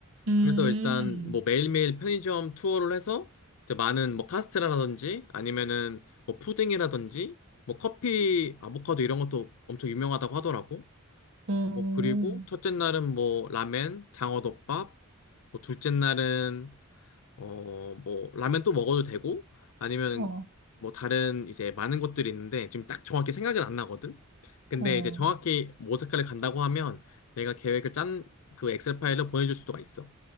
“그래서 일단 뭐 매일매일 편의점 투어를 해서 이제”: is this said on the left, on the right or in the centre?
Left